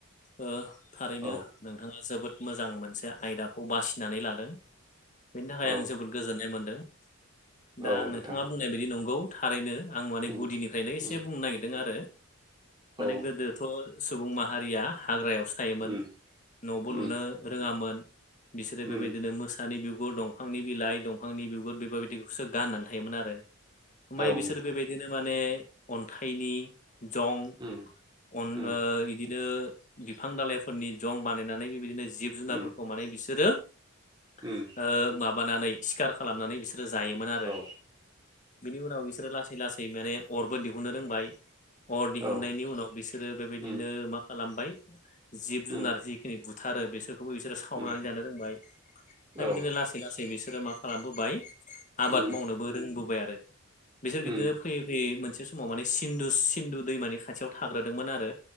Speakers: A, on the left; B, on the right.
A: ओ थारैनो
B: औ
A: नोंथाङा जोबोद मोजां मोनसे आयदाखौ बासिनानै लादों बेनि थाखाय
B: औ
A: आं जोबोद गोजोननाय मोनदों दा
B: औ
A: नोंथाङा
B: नोंथां
A: बुंनाय बायदि नंगौ थारैनो आं माने
B: उम
A: गुदिनिफ्रायनो एसे
B: उम
A: बुंनो नागिरदों आरो माने
B: औ
A: गोदो बो सुबुं माहारिया हाग्रायावसो थायोमोन
B: उम
A: न'बो
B: उम
A: लुनो रोङामोन। बिसोरो बेबायदिनो
B: उम
A: मोसानि बिगुर, दं फांनि बिलाइ दंफांनि बिगुर बेफोरबायदिखौसो गाननानै थायोमोन आरो ओमफ्राय
B: औ
A: बिसोर
B: नोंथां
A: बेबाय दिनो माने अन्थाइनि जं
B: उम।
A: अन
B: उम
A: ओ इदिनो बिफां दालायफोरनि जं बानायनानै बेबायदिनो जिब जुनारफोरखौ
B: उम
A: माने बिसोरो ओ
B: उम
A: माबानानै सिखार खालामनानै बिसोर बिसोरो जायोमोन आरो
B: औ
A: बिनि उनाव बिसोरो लासै लासै माने अरबो दिहुननो रोंबाय। अर दिहुननायनि
B: औ
A: उनाव बिसोरो बेबायदिनो
B: उम
A: मा खालामबाय जिब जुनार
B: उम
A: जिखिनि बुथारो बिसोरखौबो बिसोरो सावनानै
B: उम
A: जानो रोंबाय दा
B: औ
A: बिदिनो लास लासै लासै बिसोरो मा खालामबोबाय आबाद
B: उम
A: मावनोबो रोंबोबाय आरो बिसोर बिदिनो
B: उम
A: फै फैयै मोनसे समाव माने सिन्दुस सिन्दु दैमानि खाथियाव थाग्रोदोंमोन आरो।